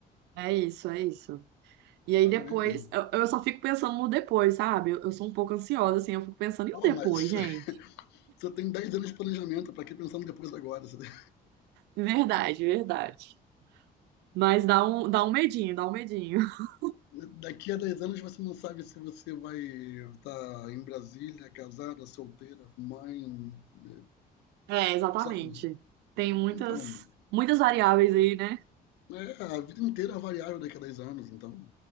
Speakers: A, on the right; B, on the left.
A: É isso, é isso. E aí
B: parabéns
A: depois,
B: mesmo.
A: eu, eu só fico pensando no depois, sabe? Eu, eu sou um pouco ansiosa, assim, eu fico pensando, e
B: Pô,
A: o depois,
B: mas
A: gente?
B: <laughs> você tem 10 anos de planejamento, para que Pensando depois agora? Você tem-
A: Verdade, verdade. Mas dá um, dá um medinho, dá um medinho. <laughs>
B: <laughs> Daqui a 10 anos você não sabe se você vai estar em Brasília, casada, solteira, mãe, eh,
A: É, exatamente.
B: sabe?
A: Tem muitas,
B: Então,
A: muitas variáveis aí, né?
B: é a vida inteira é variável daqui a 10 anos, então.